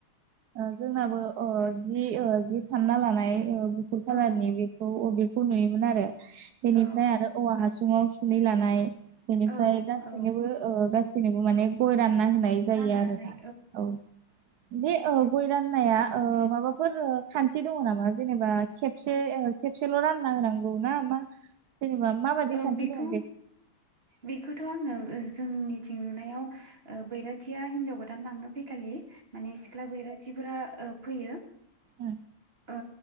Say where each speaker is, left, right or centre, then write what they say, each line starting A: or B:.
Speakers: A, on the right; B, on the right.
A: ओ जोंनाबो अ जि ओ जि फानना लानाय ओ गुुफुर कालारनि
B: औ
A: बेखौ अबे खौ नुयोमोन आरो। बेनिफ्राय
B: औ
A: आरो औवा हासुं ङाव सुनै लानाय बेनिफ्राय
B: औ
A: गासैनोबो
B: औ
A: ओ गासै नोंबो माने गय रान ना होनाय जायो
B: रानना
A: आरोना।
B: होनाय
A: औ बे ओ बे गय राननाया ओ माबाफोर खान्थि दङ नामा जेनेबा खेबसे ओ खेबसेल' रानना होनांगौ ना मा? जेनेबा माबादि
B: औ
A: खान्थि
B: बेखौ
A: दङ
B: बेखौथ आङो जोंनिथिं नुनायाव। ओ बैरथिया हिनजाव गो- दान लांनो फैखालि। माने सिख्ला बैराथिफोरा ओ फैयो।
A: उ।
B: ओ